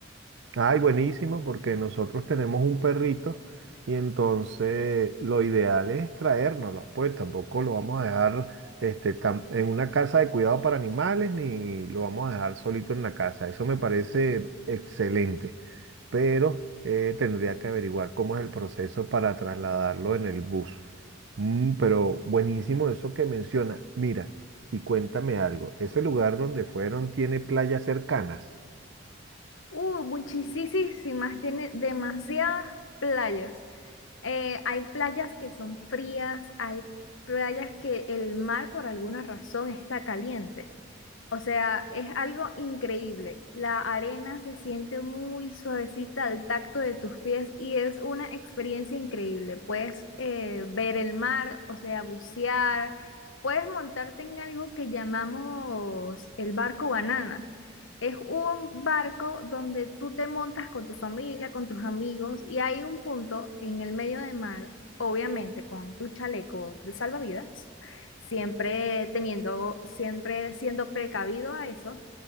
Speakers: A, on the right; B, on the left.
A: Ay, buenísimo, porque nosotros tenemos un perrito y entonces lo ideal es traérnoslos, pues tampoco lo vamos a dejar este, tam- en una casa de cuidado para animales ni lo vamos a dejar solito en la casa. Eso me parece excelente, pero eh, tendría que averiguar cómo es el proceso para trasladarlo en el bus. Mm, pero buenísimo eso que menciona. Mira, y cuéntame algo, ¿ese lugar donde fueron tiene playas cercanas?
B: Uh, muchísimas, tiene demasiadas playas. Eh, hay playas que son frías, hay playas que el mar por alguna razón está caliente. O sea, es algo increíble. La arena se siente muy suavecita al tacto de tus pies y es una experiencia increíble. Puedes eh, ver el mar, o sea, bucear, puedes montarte en algo que llamamos el barco banana. Es un barco donde tú te montas con tu familia, con tus amigos y hay un punto en el medio del mar, obviamente con tu chaleco de salvavidas siempre teniendo, siempre siendo precavido a eso,